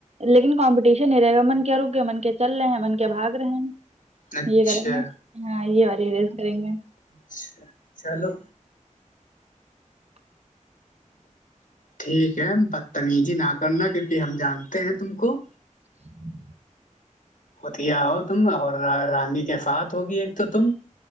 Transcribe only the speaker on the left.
اچھا
اچھا چلو
ٹھیک ہے بدتمیزی نہ کرنا کیونکہ ہم جانتے ہیں تم کو
وہتیا ہو تم اور رانی کے ساتھ ہوگی ایک تو تم